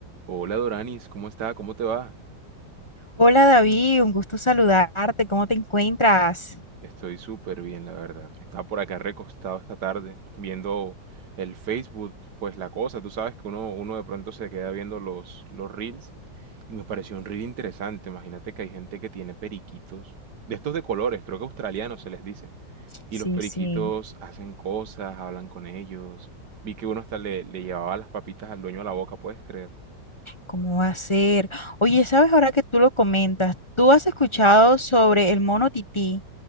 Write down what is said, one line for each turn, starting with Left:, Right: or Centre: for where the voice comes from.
Right: Hola Doranis, ¿cómo está? ¿Cómo te va?
Left: Hola David, un gusto saludarte. ¿Cómo te encuentras?
Right: Estoy súper bien, la verdad. Estaba por acá recostado esta tarde viendo el Facebook, pues la cosa, tú sabes que uno, uno de pronto se queda viendo los, los reels y me pareció un reel interesante. Imagínate que hay gente que tiene periquitos, de estos de colores, creo que australianos se les dice, y
Left: Sí,
Right: los periquitos
Left: sí,
Right: hacen cosas, hablan con ellos. Vi que uno hasta le, le llevaba las papitas al dueño a la boca, ¿puedes creer?
Left: ¿cómo va a ser? Oye, ¿sabes ahora que tú lo comentas? ¿Tú has escuchado sobre el mono tití,